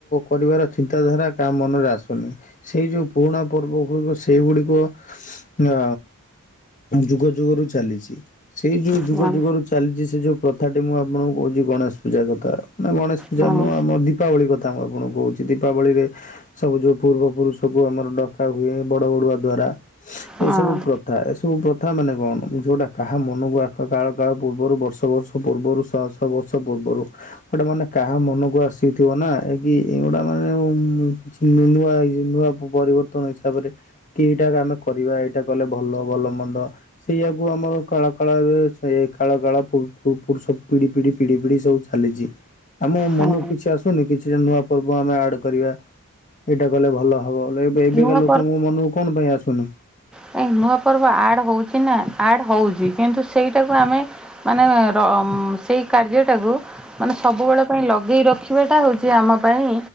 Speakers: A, on the left; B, in the centre.
A: କରିବାର ଚିନ୍ତାଧାରା କାହା ମନରେ ଆସୁନି, ସେଇ ଯୋଉ ପୁରୁଣା ପର୍ବ ଗୁଡ଼ିକୁ ସେଇଗୁଡ଼ିକୁ ଅ ଯୁଗ ଯୁଗରୁ ଚାଲିଛି ସେଇ ଯଉ ଯୁଗ
B: ହଁ
A: ଯୁଗରୁ ଚାଲିଛି ସେ ଯୋଉ ପ୍ରଥାଟି। ମୁଁ ଆପଣଙ୍କୁ କହୁଛି ଗଣେଶ ପୂଜା କଥା ମାନେ ଗଣେଶ ଯାହା
B: ହଁ
A: ନୁହ, ଆମ ଦୀପାବଳି କଥା ମୁଁ ଆପଣଙ୍କୁ କହୁଛି ଦୀପାବଳିରେ ସବୁ ଯୋଉ ପୂର୍ବ ପୁରୁଷକୁ ଆମର ଡକା ହୁଏ ବଡ଼ ବାଡ଼ୁଅଆ ଦ୍ଵାରା
B: ହଁ
A: ଏ ସବୁ ପ୍ର ଥା ଏସବୁ ପ୍ରଥା ମାନେ କଣ, ଯୋଉଟା କାହା ମନକୁ ଆ କାଳ କାଳ ପୂର୍ବରୁ ବର୍ଷ ବର୍ଷ ପୂର୍ବରୁ ଶ ତ ବର୍ଷ ପୂର୍ବରୁ ଗୋଟେ ମାନେ କାହା ମନକୁ ଆସିଥିବ ନା, ଏ କି ଏଗୁଡ଼ା ମାନେ କିଛି ନୂଆ ଇ ନୂଆ ପରିବର୍ତ୍ତନ ହିସାବରେ କି ଏଇଟା ଆମେ କରିବା ଏଇଟା କଲେ ଭଲ ଭଲ ମନ୍ଦ ସେଇଆାକୁୁ ଆମର କାଳ କାଳ, ଏବେ ସେ କାଳ କାଳ ପୁର ପୁ ପୂରୁଷ ପିଢ଼ି ପିଢ଼ି ପିଢ଼ି ପିଢ଼ି ସବୁ ଚାଲିଛି, ଆମେ ମନକୁ
B: ହଁ
A: କିଛି ଆସୁନି କିଛିଟା ନୂଆ ପର୍ବ ଆମେ ଆଡ୍ କରିବା। ଏଇଟା କଲେ ଭଲ ହବ। ଲେ ଏବେ ଏବେକା
B: ନୂଆ
A: ଲୋକଙ୍କୁ ମନକୁ କଣ ପାଇଁ ଆସୁନି
B: କାହିଁକି ନୂଆ ପର୍ବ ଆଡ୍ ହଉଛି ନା ଆଡ୍ ହଉଛି। କିନ୍ତୁ ସେଇଟାକୁ ଆମେ ମାନେ ର ମ ସେଇ କାର୍ଯ୍ୟଟାକୁ ମାନେ ସବୁବେଳେ ପାଇଁ ଲଗେଇ ରଖିବାଟା ହଉଛି ଆମ ପାଇଁ